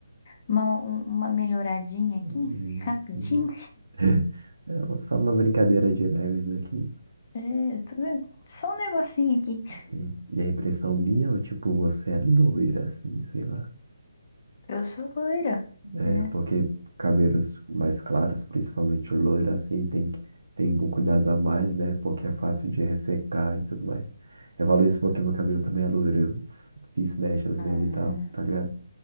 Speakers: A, on the left; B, on the right.
A: uma, um- uma melhoradinha
B: Hum,
A: aqui, rapidinho.
B: hum. <laughs> É um, só uma brincadeira de leves aqui.
A: É, tá vendo? Só um negocinho aqui.
B: Sim. E a impressão minha, ou tipo, você é loira, assim, sei lá.
A: Eu sou loira.
B: É,
A: né?
B: porque cabelos mais claros, principalmente o loiro, assim, tem que tem um cuidado a mais, né? Porque é fácil de ressecar e tudo mais. Eu falo isso porque meu cabelo também é loiro. Eu fiz mechas
A: Ah,
B: nele e tal, tá ligado?